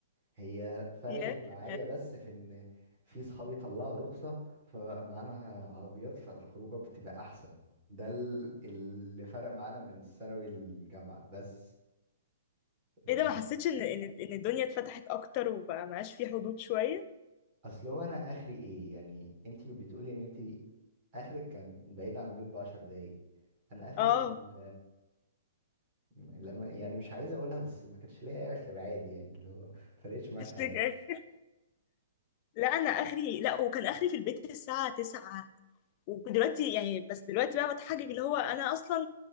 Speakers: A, on the right; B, on the left.
A: هي
B: <laughs>
A: فرقت
B: يا
A: معايا بس في ان في صحابي طلعوا رخصة فبقى معانا عربيات فالخروجة بتبقى احسن ده ال- اللي فرق معانا من ثانوي للجامعة بس انما
B: ايه ده ما حسيتش ان ان ان الدنيا اتفتحت اكتر وبقى معاش في حدود شويه
A: اصل هو انا اخري ايه يعني انت بتقولي ان انت اخرك كان بعيد عن البيت بعشر دقايق انا اخري
B: اه
A: كان لما يعني مش عايز اقولها بس ما كانش ليا اخر عادي يعني اللي هو فرقتش معاه
B: <laughs> هاشتاج
A: في حاجه
B: آخر. لا انا اخري لا وكان اخري في البيت الساعه 9 ودلوقتي يعني بس دلوقتي بقى بتحجج اللي هو انا اصلا